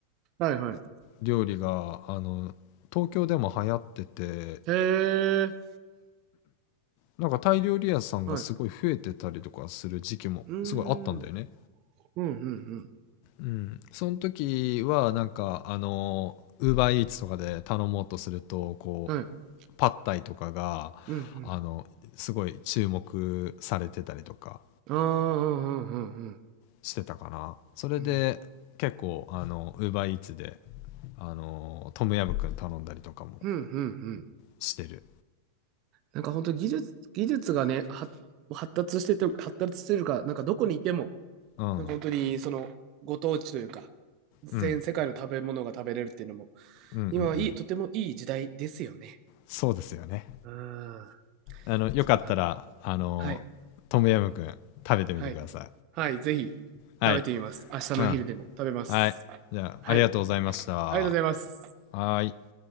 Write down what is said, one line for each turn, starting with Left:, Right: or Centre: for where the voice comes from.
Right: はいはい。
Left: 料理があの東京でも流行ってて
Right: へえ。
Left: なんかタイ料理屋さんがすごい増えてたりとかする時期もすごいあったんだよね。
Right: はい。うーん。うんうん
Left: うん、その時はなんかあのウーバーイーツとかで頼もうとするとこうパッタイとかが
Right: うん。はい。うんうん。
Left: あのすごい注目されてたりとか
Right: ああ、うんうんうんうん。
Left: してたかな。それで結構あのウーバーイーツで
Right: う
Left: あのトムヤムくん頼んだりとかも
Right: んうんうん
Left: してる、
Right: なんか本当技術、技術がね、は発達してて、発達してるか、なんかどこにいても、
Left: うん、うん
Right: なんか本当にそのご当地というか、全世界の食べ物が食べれるっていうのも、
Left: うんうんうん
Right: 今はいい、とてもいい時代ですよね。
Left: そうですよね
Right: うん。
Left: あのよかったらあのトムヤムくん食べてみてください
Right: そんな、はい、はい、はい、ぜひ食べてみます。
Left: はい
Right: 明日のお昼でも食べます。
Left: うんはいじゃあありがとうございました
Right: はい、ありがとうございます。
Left: はい